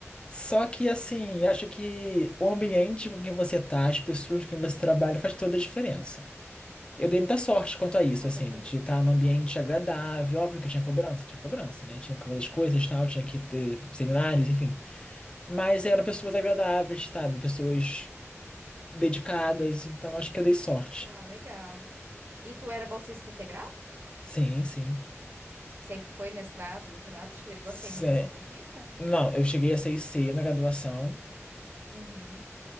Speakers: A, on the left; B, on the right.
A: Só que, assim, acho que o ambiente com que você tá, as pessoas com que você trabalha, faz toda a diferença. Eu dei muita sorte quanto a isso,
B: com
A: assim,
B: certeza.
A: de estar num ambiente agradável. Óbvio que tinha cobrança, tinha cobrança, né? Tinha que fazer as coisas, tal, tinha que ter seminários, enfim. Mas eram pessoas agradáveis, sabe? Pessoas dedicadas, então acho que eu dei sorte.
B: Ah, legal. E tu era bolsista integral?
A: Sim, sim.
B: Sempre foi mestrado, doutorado? Chegou
A: Cé-
B: a ser iniciação científica?
A: Não, eu cheguei a 6C na graduação.
B: Uhum.